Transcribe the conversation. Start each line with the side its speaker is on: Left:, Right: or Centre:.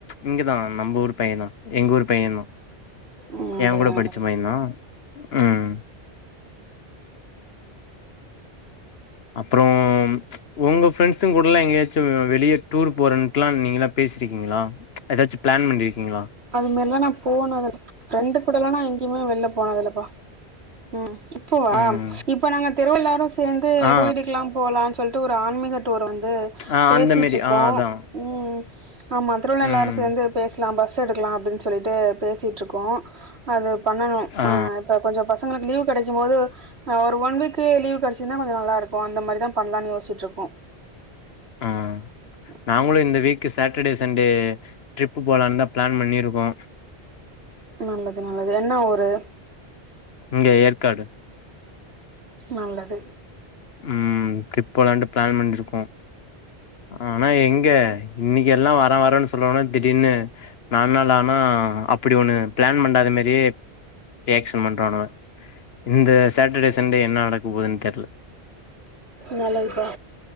Left: இங்க தா நம்ப ஊர் பைய தா எங்க ஊரு பைய தா
Right: ம் நல்லது
Left: ஏங் கூட
Right: நல்லது.
Left: படிச்ச பையந்தா ம் அப்றோ உங்க ஃப்ரெண்ட்ஸூங்க கூடலா எங்கயாச்சு வெளிய டூர் போறன்ட்டுலா நீங்ளா பேசிருக்கீங்களா ஏதாச்சு பிளான் பண்ணிரிகீங்களா
Right: அது மாரிலா நா போனது ஃப்ரெண்டு கூடலா நா எங்கயுமே வெள்ள போனதுலப்பா ம் இப்போவா
Left: ம்
Right: இப்ப நாங்க தெருவ எல்லாரு சேந்து
Left: ஆ
Right: கோயிலுக்குலா போலான் சொல்ட்டு ஒரு ஆன்மீக டூர் வந்து
Left: ஆ
Right: பேசிட்ருக்கோ
Left: அந்த மாரி ஆ அதான்
Right: ம் ஆ மதுரன்ல்லாரு
Left: ம்
Right: சேந்து பேஸ்லா பஸ் ஸ எடுக்கலா அப்டின் சொல்லிட்டு பேசிட்ருக்கோ அது பண்ணனு
Left: ஆ
Right: அ எப்ப கொஞ்சொ பசங்களுக்கு லீவ் கெடைக்கும் போது அ ஒரு ஒன் வீக் லீவ் கெடைச்சிதுனா கொஞ்சோ நல்லா இருக்கூ அந்தமாரிதா பண்ணலான்னு யோசிசிட்ருக்கோ <inaudible>
Left: ஆ நாங்களு இந்த வீக்கு சாட்டர்டே சண்டே ட்ரிப்பு போலான் தா பிளான் பண்ணிருக்கோ
Right: நல்லது நல்லது என்ன ஊரு
Left: இங்க ஏர்க்காடு
Right: நல்லது
Left: ம் ட்ரிப் போலாண்ட்டு பிளான் பண்ணிருக்கோ ஆனா எங்க இன்னிக்கு எல்லா வரன் வரன்னு சொல்லுவானுங்க திடீர்னு நால்நாள் ஆனா அப்டி ஒண்ணு பிளான் பண்ணாத மாரியே ரியாக்ஸன் பண்றானுவ இந்த சேட்டர்டே சண்டே என்ன நடக்க போதுன் தெர்ல
Right: நல்லதுபா